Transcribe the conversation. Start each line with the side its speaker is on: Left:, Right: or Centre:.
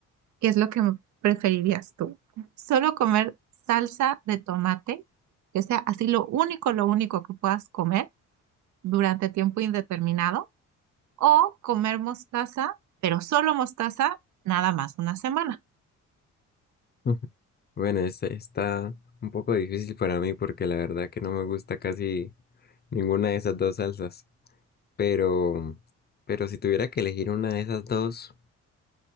Right: ¿qué es lo que preferirías tú? ¿Solo comer salsa de tomate, que sea así lo único, lo único que puedas comer durante tiempo indeterminado? ¿O comer mostaza, pero solo mostaza, nada más una semana?
Left: <laughs> Bueno, este está un poco difícil para mí porque la verdad que no me gusta casi ninguna de esas dos salsas. Pero, pero si tuviera que elegir una de esas dos,